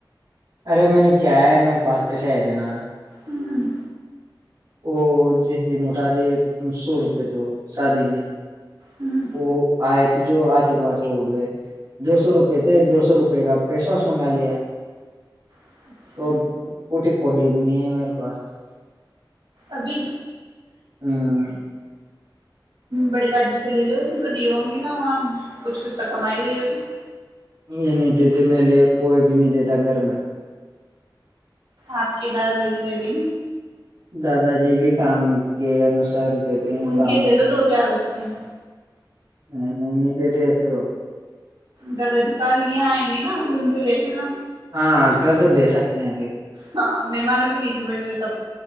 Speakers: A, on the right; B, on the right.
A: ارے میں نے کیا ہے میرے پاس پیسے آئے تھے نا
B: ہوں
A: وہ جس دن اٹھا دے سو روپئے تو شادی میں
B: ہوں
A: وہ آئے تھ جو آتے کو آتے وہ اٹ گئے دو سو روپئے تھے دو سو روپے کا پیش واس منگا لیا
B: اچھا
A: تو کوٹی <unintelligible> نہیں ہے میرے پاس تو
B: ابھی
A: ہ
B: بڑی بازی سے لے لو ان کو دیے ہوں گے نا وہاں کچھ کچھ تو کمائی ہوئی ہوگی
A: یہ نہیں دیتے میں لے کوئی بھی نہیں دیتا گھر میں
B: اپ کی دادا جی نے دی
A: دادا جی بھی کام کے انوسار دیتے ہیں
B: ان
A: کام
B: کے تھے تو دو چار بچے م
A: میں نہیں می جے د ایسے وہ
B: دادا جی کل یہاں آئیں گے نا ان سے لے لینا
A: ہاں کل تو دے سکتے ہیں پھر
B: ہاں مہمانوں کے بیچ میں بیٹھے ہوئے تب